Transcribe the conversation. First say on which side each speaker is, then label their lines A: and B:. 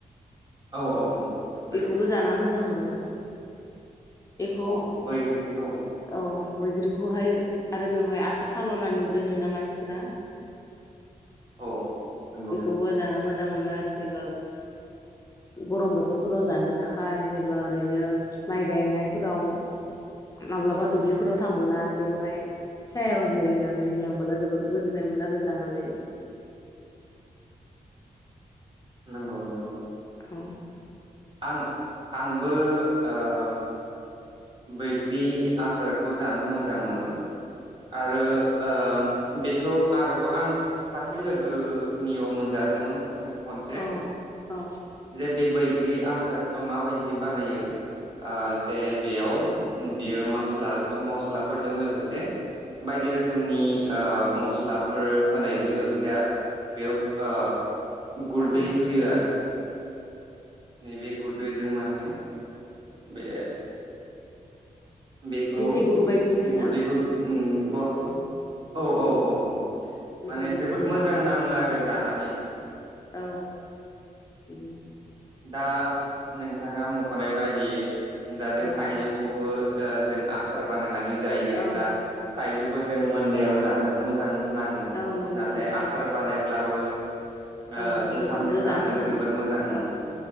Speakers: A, on the right (about 30°); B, on the left (about 20°).
A: औ औ औ बैग्रि
B: बेखौबो जाना मोजां
A: औ
B: मोनो। बेखौ
A: औ बैग्रि औ
B: औ बैग्रिखौहाय आरो बेवहाय आसार खालामनानै दोनो ना मानसिफोरा
A: औ नंगौ
B: बेखौबो जाना मोजां मोन मोनो आरो जेब्ला गरम बोथोरफोराव जानो थाखाय जेब्ला ओरैनो माइ गायनायफोराव माब्लाबा दुब्लिफोराव थांबोला बेवहाय सायाव जिरायनानै लांबोला जोबोद गोजोननाय मोनो आरो जानानै।
A: नंगौ नंगौ
B: औ
A: आं आंबो ओम बैग्रि आसारखौ जानो मोजां मोनो आरो ओम बेखौ आरोबाव आं सासे लोगोनियाव मोनजादोंमोन। खनसे
B: औ औ
A: जे बे बैग्रि आसार मा बायदि बानायो जे बेयाव
B: औ
A: बियो मो मसलाफोरजों लोगोसे बायदि रोखोमनि रोखोमनि मस्ला फोर होनायजों लोगोसे बेयाव ओ गुरदै
B: ओं
A: होयो आरो नैबे गुदुयजों माने बे बेखौ
B: मेथाइ गुरु बायदि होयोना
A: गुरदैखौ ग
B: औ
A: औ औ अ अ
B: मेथाइ
A: माने
B: गुरु
A: जोबोद
B: होयो
A: मोजां नाङो आरो जानानै
B: औ बिदिनो
A: दा नोंथाङा मख'नाय बायदियै दा जों
B: औ
A: थाइजौखौबो जों आसार बानाय बानायनानै जायो
B: औ
A: दा थाइजौ खौ जों मोननायाव जानोबो मोजां नाङो
B: औ नंगौ
A: नाथाय
B: नोंथां
A: आसार बानायब्लाबो ओ
B: औ
A: ओंखामजों
B: ओंखामजो
A: जानो
B: जानोना
A: जबोर मोजां नाङो
B: औ